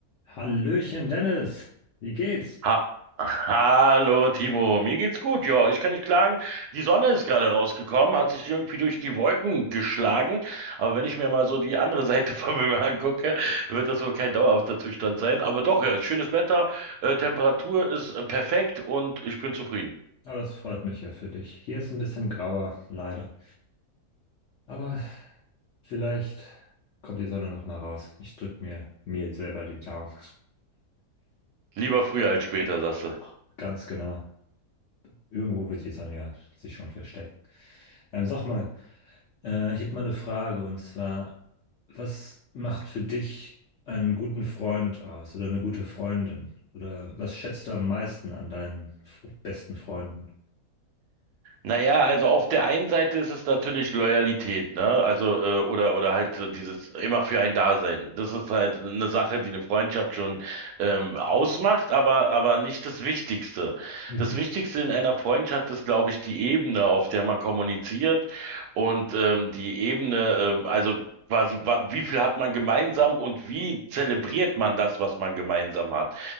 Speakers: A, on the left; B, on the right.
A: Hallöchen, Dennis. Wie geht's?
B: Ha Hallo Timo, mir geht's gut, ja, ich kann nicht klagen. Die Sonne ist gerade rausgekommen, hat sich irgendwie durch die Wolken geschlagen, aber wenn ich mir mal so die andere <laughs> Seite vom Himmel angucke, wird das wohl kein dauerhafter Zustand sein. Aber doch, ja, schönes Wetter, äh, Temperatur ist äh, perfekt und ich bin zufrieden.
A: Oh, das freut mich ja für dich. Hier ist ein bisschen grauer, leider. Aber vielleicht kommt die Sonne noch mal raus. Ich drück mir mir selber die Daumen.
B: Lieber früher als später, sagst du.
A: <laughs> Ganz genau. Irgendwo wird die Sonne ja sich schon verstecken. Ähm, sag mal, äh, ich hätte mal eine Frage und zwar, was macht für dich einen guten Freund aus oder eine gute Freundin? Oder was schätzt du am meisten an deinen f- besten Freunden?
B: Naja, also auf der einen Seite ist es natürlich Loyalität, ne? Also, äh, oder, oder halt so dieses immer für ein Dasein. Das ist halt eine Sache, die eine Freundschaft schon ähm, ausmacht, aber, aber nicht das Wichtigste.
A: Mhm.
B: Das Wichtigste in einer Freundschaft ist, glaube ich, die Ebene, auf der man kommuniziert und ähm, die Ebene, ähm, also quasi, wa- wie viel hat man gemeinsam und wie zelebriert man das, was man gemeinsam hat?